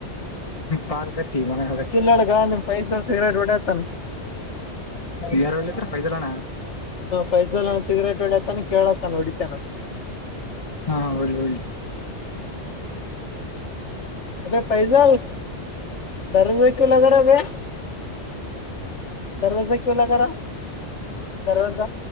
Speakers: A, on the left (about 30°); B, on the left (about 80°).
A: ಪಾರ್ಕ್ ಹತ್ತಿ ಮಗನ
B: ಕಿಲ್ಲನಡುಗ ನಿಮ್ ಫೈಸರ್ ಸಿಗರೇಟ್ ಹೊಡಿಯತನ್
A: ಬಿಎಾರ್ತಕ್ಕೆ ವೈದಿಲ್ಲಾಣ
B: ಪೈಸಲ್ಲಣ ಸಿಗರೇಟ್ ಹೊಡಿಯತಾನ ಕೇಳತಾನ ಹೊಡಿತನಂತ
A: ಹಾ ಒಳ್ಳೊಳ್ಳಿ
B: ಅಬೆ ಪೈಸಲ್ ದರಜಕಲಾಗನೆ ಬೆ ದರ್ವಾಜಾ ಕ್ಯು ಲಗರ ದರ್ವಜ